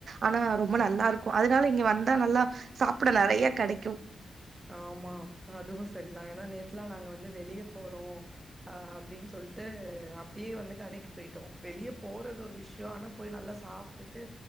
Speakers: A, on the right (about 70°); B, on the right (about 20°).
A: ஆனா ரொம்ப நல்லா இருக்கும் அதனால இங்க வந்தா நல்லா சாப்பிட நெறைய கெடைக்கும்
B: ஆமா அதுவும் சரிதான் ஏன்னா நேத்துலாம் நாங்க வந்து வெளிய போறோம் அ அப்டின்னு சொல்லிட்டு அப்டியே வந்து கடக்கு போயிட்டோம் வெளியே போறது ஒரு விஷயம் ஆனா போய் நல்லா சாப்பிட்டுட்டு